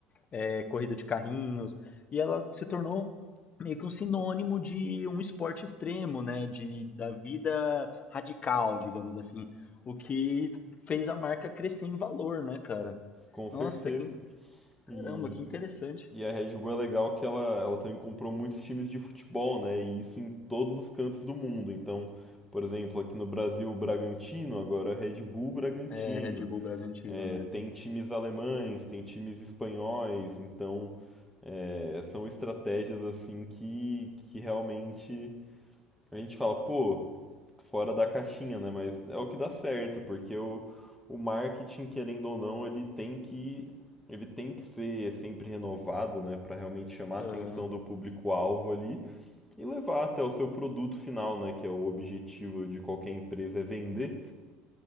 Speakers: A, on the left (about 35°); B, in the centre.
A: é, corrida de carrinhos, e ela se tornou meio que um sinônimo de um esporte extremo, né, de, da vida radical, digamos assim, o que fez a marca crescer em valor, né, cara?
B: com certeza.
A: Nossa, que, caramba,
B: E,
A: que interessante.
B: e a Red Bull é legal que ela, ela também comprou muitos times de futebol, né? E isso em todos os cantos do mundo. Então, por exemplo, aqui no Brasil, o Bragantino, agora é Red Bull Bragantino.
A: É, Red Bull Bragantino,
B: É,
A: né?
B: tem times alemães, tem times espanhóis. Então, é, são estratégias assim que, que realmente a gente fala, pô, fora da caixinha, né? Mas é o que dá certo, porque o, o marketing, querendo ou não, ele tem que ele tem que ser sempre renovado, né, para realmente chamar
A: Aham,
B: a atenção do público-alvo ali e levar até o seu produto final, né, que é o objetivo de qualquer empresa é vender.